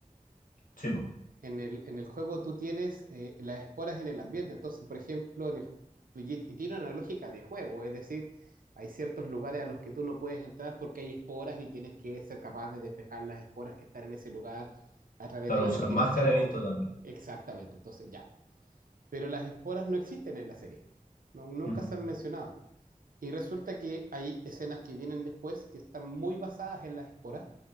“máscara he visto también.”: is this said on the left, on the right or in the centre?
Left